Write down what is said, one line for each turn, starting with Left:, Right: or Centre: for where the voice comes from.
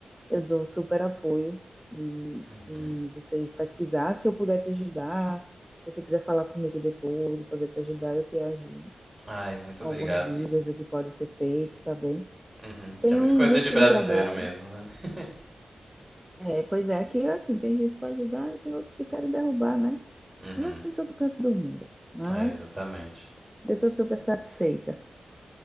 Centre: eu dou super apoio e,
Right: Uhum.
Centre: e você pesquisar. Se eu puder te ajudar, se você quiser falar comigo depois e poder te ajudar, eu te ajudo
Right: Ai, muito
Centre: com
Right: obrigado.
Centre: algumas dicas,
Right: E-
Centre: o que pode ser feito, tá bem?
Right: Uhum.
Centre: Tem
Right: Isso é muito
Centre: um
Right: coisa
Centre: visto
Right: de brasileiro
Centre: de trabalho.
Right: mesmo, né? <laughs>
Centre: É, pois é, aqui assim, tem gente para ajudar e tem outros que querem derrubar, né?
Right: Uhum.
Centre: Mas acho que em todo canto do mundo. Mas
Right: É, exatamente.
Centre: eu estou super satisfeita.